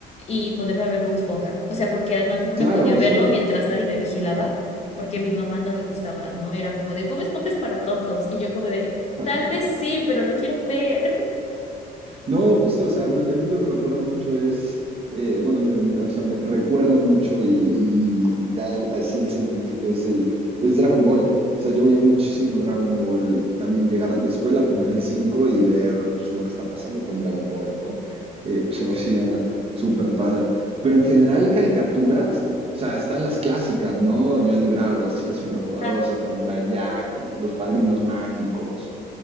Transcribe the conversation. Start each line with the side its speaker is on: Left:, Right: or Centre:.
Left: y ponerme a ver Bob Esponja. O sea, porque además
Right: Claro,
Left: me ponía a verlo
Right: sí.
Left: mientras nadie me vigilaba, porque a mi mamá no le gustaba, ¿no? Era como de Bob Esponja es para tontos y yo como de...
Right: <laughs>
Left: Tal vez sí, pero lo quiero ver.
Right: No, justo, o sea, a mí, a mí lo que me acuerda mucho es, eh, bueno, me, me- o sea, me recuerdo mucho y, y- y da así el sentimiento, es el, es Dragon Ball. O sea, yo veía muchísimo Dragon Ball, también llegar de la escuela, poner el 5 y ver pues, lo que está pasando con Dragon Ball, ¿no? Eh, se me hacía súper padre. Pero en general, caricaturas, o sea, están las clásicas, ¿no? Johnny Bravo, las chicas superpoderosas,
Left: Ajá.
Right: Samurai Jack, ¿no? Los padrinos mágicos